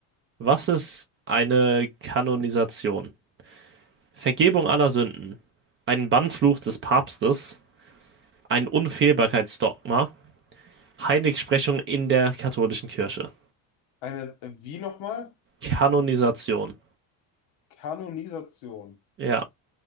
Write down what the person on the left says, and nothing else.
Eine, wie nochmal?
Kanonisation.